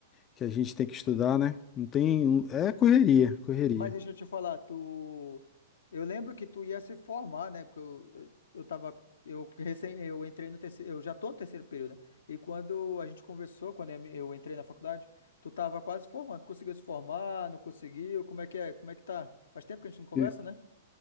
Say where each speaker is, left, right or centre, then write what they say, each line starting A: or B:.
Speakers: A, on the left; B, on the left.
A: que a gente tem que estudar, né? Não tem. É correria, correria.
B: Mas deixa eu te falar, tu. Eu lembro que tu ia se formar, né? Porque eu, eu, eu tava. Eu, recém, eu entrei no terceiro. Eu já tô no terceiro período, né? E quando a gente conversou, quando eu eu entrei na faculdade, tu tava quase formando. Conseguiu se formar? Não conseguiu? Como é que é? Como é que tá? Faz tempo que a gente não conversa,
A: E-
B: né?